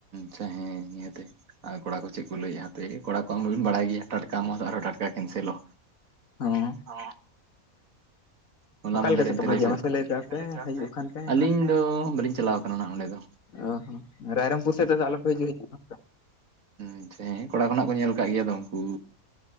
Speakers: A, on the right; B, on the left.
A: ᱪᱷᱟᱦᱮᱸ ᱱᱤᱭᱟᱹᱛᱮ᱾ ᱟᱨ ᱠᱚᱲᱟ ᱠᱚ ᱪᱮᱫ ᱠᱚ ᱞᱟᱹᱭᱟ ᱦᱟᱯᱮ ᱠᱚᱲᱟ ᱠᱚᱣᱟ ᱢᱟᱵᱤᱱ ᱵᱟᱲᱟᱭ ᱜᱮᱭᱟ, ᱴᱟᱴᱠᱟ ᱢᱚᱛ ᱟᱨ ᱴᱟᱴᱠᱟ ᱠᱮᱱᱥᱮᱞᱚ᱾
B: ᱦᱚᱸ
A: ᱚ, ᱦᱚᱞᱟ
B: ᱚᱠᱟ
A: ᱢᱟᱫᱷᱮᱨ
B: ᱞᱮᱠᱟ ᱥᱮᱫ
A: ᱮᱱᱛᱮ
B: ᱛᱮᱯᱮ
A: ᱞᱮ
B: ᱦᱤᱡᱩᱜᱼᱟ
A: ᱩᱥᱟᱹ <unintelligible>
B: ᱢᱟᱥᱮ ᱞᱟᱹᱭ ᱛᱟᱵ ᱯᱮ ᱦᱤᱡᱩᱜ ᱠᱷᱟᱱ ᱯᱮ
A: ᱟᱹᱞᱤᱧ᱾ ᱟᱫᱚ ᱵᱟᱹᱞᱤᱧ ᱪᱟᱞᱟᱣ ᱟᱠᱟᱱᱟ ᱟᱱᱟ ᱚᱸᱰᱮ ᱫᱚ᱾
B: ᱚ ᱨᱟᱭᱨᱟᱢᱯᱩᱨᱩᱨ ᱥᱮᱫ ᱫᱚ ᱟᱫᱚ ᱟᱞᱚᱯᱮ ᱦᱤᱡᱩᱜ-ᱟ <unintelligible>
A: ᱟᱪᱪᱷᱟ ᱦᱮᱸ ᱠᱚᱲᱟ ᱠᱚ ᱱᱟᱜ ᱠᱚ ᱧᱮᱞ ᱠᱟᱜ ᱜᱮᱭᱟ ᱩᱱᱠᱩ,